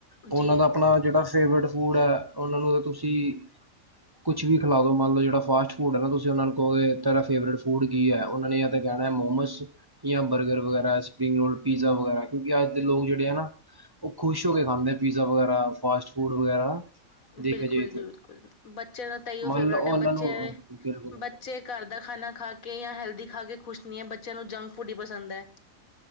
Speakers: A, on the right; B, on the left.
A: ਉਹਨਾਂ
B: ਜੀ।
A: ਦਾ ਆਪਣਾ ਜਿਹੜਾ ਫੇਵਰੇਟ ਫੂਡ ਹੈ ਉਹਨਾਂ ਨੂੰ ਤਾਂ ਤੁਸੀਂ ਕੁਛ ਵੀ ਖਿਲਾ ਦੋ ਮੰਨ ਲਓ ਜਿਹੜਾ ਫਾਸਟ ਫੂਡ ਹੈ ਨਾ ਤੁਸੀਂ ਉਹਨਾਂ ਨੂੰ ਕਹੋਗੇ ਕਿ ਤੁਹਾਡਾ ਫੇਵ ਰਟ। ਫੂਡ ਕੀ ਹੈ ਉਹਨਾਂ ਨੇ ਯ ਤਾਂ ਕਹਿਣਾ ਮੋਮੋਸ ਜਾਂ ਬਰਗਰ ਵਗੈਰਾ ਸਪਰਿੰਗ ਰੋਲ ਪੀਜ਼ਾ ਵਗੈਰਾ ਕਿਉਂਕਿ ਅੱਜ ਦੇ ਲੋਕ ਜਿਹੜੇ ਆ ਨਾ ਉਹ ਖੁਸ਼ ਹੋ ਕੇ ਖਾਂਦੇ ਪੀਜ਼ਾ ਵਗੈਰਾ ਫਾਸਟ ਫੂਡ ਵਗੈਰਾ ਦੇਖਿਆ
B: ਬਿਲਕੁਲ
A: ਜਾਏ
B: ਜੀ
A: ਤੇ
B: ਬਿਲਕੁਲ ਬੱਚਿਆਂ ਦਾ ਤਾਂ ਹੀਓ
A: ਮੰਨ
B: ਫੇਵਰੇਟ
A: ਲਓ
B: ਹੈ
A: ਉਹਨਾਂ
B: ਬੱਚੇ
A: ਨੂੰ ਬਿਲਕੁਲ
B: ਬੱਚੇ ਘਰ ਦਾ ਖਾਣਾ ਖਾ ਕੇ ਜਾਂ ਹੈਲਦੀ ਖਾ ਕੇ ਖੁਸ਼ ਨਹੀਂ ਹੈ ਬੱਚਿਆਂ ਨੂੰ ਜੰਕ ਫੂਡ ਹੀ ਪਸੰਦ ਹੈ।